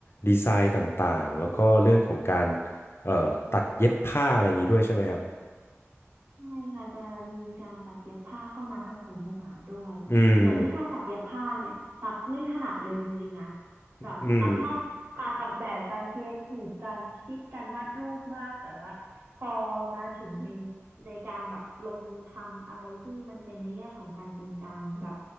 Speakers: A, on the left; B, on the right.
A: ดีไซน์ต่างๆแล้วก็เรื่องของการเอ่อตัดเย็บผ้าอะไรอย่างนี้ด้วยใช่ไหมครับ
B: ใช่ค่ะจะมีการตัดเย็บผ้าเข้ามาผสมผสานด้วยแต่วิชาตัดเย็บผ้าเนี่ยตักไม่ถนัดเลยจริงๆนะ
A: อืม
B: แบบตักชอบการออกแบบการครีเอทีฟการคิดการวาดรูปมากแต่ว่าพอมาถึงใน
A: อืม
B: ในการแบบลงมือทำอะไรที่มันเป็นในแง่ของการจริงจังแบบ